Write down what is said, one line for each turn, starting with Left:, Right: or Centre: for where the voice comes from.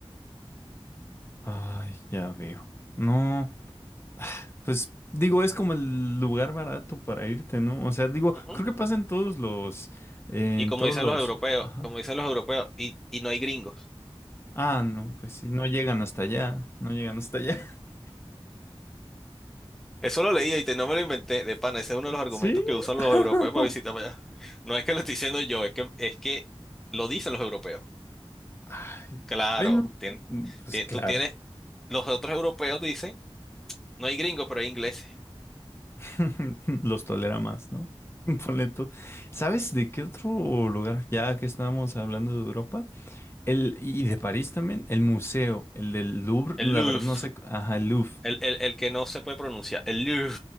Left: Ay, ya veo. No. Pues digo, es como el lugar barato para irte, ¿no? O sea, digo,
Centre: Ujú.
Left: creo que pasa en todos los, eh,
Centre: Y
Left: en
Centre: como
Left: todos
Centre: dicen
Left: los,
Centre: los europeos,
Left: ajá.
Centre: como dicen los europeos, y, y no hay gringos.
Left: Ah, no, pues sí, no llegan hasta allá, no llegan hasta allá. <laughs>
Centre: Eso lo leí y te- no me lo inventé, de pana, ese es uno de los argumentos
Left: Sí.
Centre: que usan
Left: <laughs>
Centre: los europeos para visitar para allá. No es que lo estoy diciendo yo, es que, es que lo dicen los europeos.
Left: Ay,
Centre: Claro,
Left: bueno,
Centre: tien-
Left: mm, pues
Centre: tie-
Left: claro,
Centre: tú tienes, los otros europeos dicen, no hay gringos, pero hay ingleses.
Left: <laughs> los tolera más, ¿no? <laughs> Ponle tú. ¿Sabes de qué otro lugar? Ya que estábamos hablando de Europa, el, y de París también, el museo, el del Louvre,
Centre: El
Left: la
Centre: Louvre,
Left: verdad no sé, ajá, el Louvre.
Centre: el, el, el que no se puede pronunciar, el Louvre.